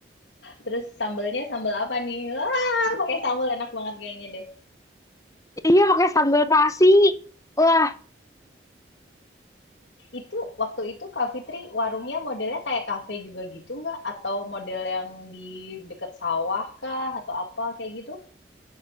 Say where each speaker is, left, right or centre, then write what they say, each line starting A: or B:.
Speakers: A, on the left (about 85°); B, on the left (about 20°).
A: Terus sambelnya sambel apa nih? Wah, pakai sambel enak banget kayaknya deh.
B: iya pakai sambal nasi wah
A: Itu waktu itu Kak Fitri warungnya modelnya kayak kafe juga gitu nggak? Atau model yang di deket sawah kah? Atau apa kayak gitu?